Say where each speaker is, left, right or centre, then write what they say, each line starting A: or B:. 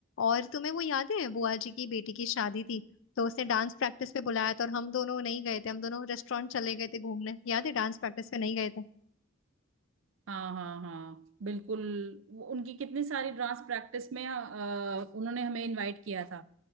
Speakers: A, on the left (about 70°); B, on the right (about 70°).
A: और तुम्हें वो याद है बुआ जी की बेटी की शादी थी तो उसने डांस प्रैक्टिस पे बुलाया था और हम दोनों नहीं गए थे हम दोनों रेस्टोरेंट चले गए थे घूमने याद है डांस प्रैक्टिस पे नहीं गए थे
B: हाँ हाँ हाँ बिल्कुल वो- उनकी कितनी सारी डांस प्रैक्टिस में अ, उन्होंने हमें इनवाइट किया था